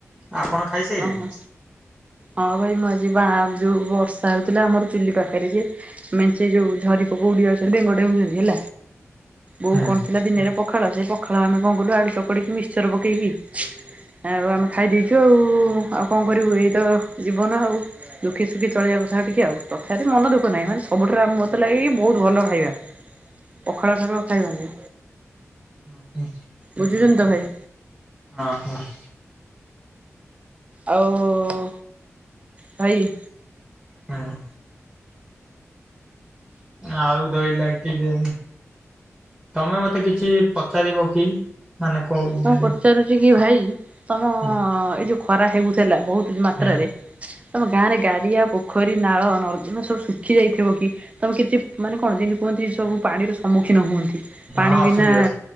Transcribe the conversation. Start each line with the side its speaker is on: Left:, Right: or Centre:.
Centre: ଆପଣ ଖାଇସାଇଲେଣି?
Right: ଓ ହୋ। ହଁ ଭାଇ ମୁଁ ଆଜି ବା ଯୋଉ ବର୍ଷା ହଉଥିଲା ଆମର ଚୁଲି ପାଖରେ ଯେ ମେଞ୍ଚେ ଯୋଉ ଝରି ପୋକ ଉଡି ଆସୁଛନ୍ତି ବେଙ୍ଗ ଡେଉଛନ୍ତି ହେଲା ବୋଉ
Centre: ହୁଁ।
Right: କ ପିଲା ଦିନରେ ପଖାଳ ସେ ପଖାଳ ଆମେ କଣ କଲୁ ଆଳୁ ଚକଟି ମିକ୍ସଚର ପକେଇକି ଆଉ ଆମେ ଖାଇ ଦେଇଛୁ ଆଉ ଆଉ କଣ କରିବୁ ଏଇତ ଜୀବନ ଆଉ ଦୁଃଖ ସୁଖି ଚଳିବା କଥା ଟିକେ ଆଉ ତଥାପି ମନ ଦୁଃଖ ନାହିଁ ମାନେ ସବୁଠାରୁ ଆମେ ମତେ ଲାଗେ କି ବହୁତ ଭଲ ଖାଇବା। ପଖାଳ ଠାରୁ ଆଉ ଖାଇବାନାଇଁ।
Centre: ହଁ ହଁ।
Right: ବୁଝୁଛନ୍ତି ତ ଭାଇ?
Centre: ହଁ ହଁ।
Right: ଆଉ ଭାଇ
Centre: କଣ? ଆଳୁ ଦୁଇ ରହିଲା କିଲେ। ତମେ ମତେ କିଛି ପଚାରିବ କି? ମାନେ କଣ ବୁଝିଲି
Right: ହଁ ପଚାରୁଛି କି ଭାଇ? ତମ
Centre: ହୁଁ
Right: ଏଇ ଯୋଉ ଖରା ହେଉଥିଲା ବହୁତ ମାତ୍ରାରେ
Centre: ହୁଁ।
Right: ତମ ଗାଁ ରେ ଗାଡିଆ ପୋ ପୋଖରୀ ନାଳ ନର୍ଦମା ସବୁ ଶୁଖି ଯାଇଥିବ କି ତମେ କିଛି ମାନେ କଣ ଯେମିତି କୁହନ୍ତି ସବୁ ପାଣିର ସମ୍ମୁଖିନ ହୁଅନ୍ତି ପାଣି
Centre: ହଁ ଅସୁବିଧା
Right: ବିନା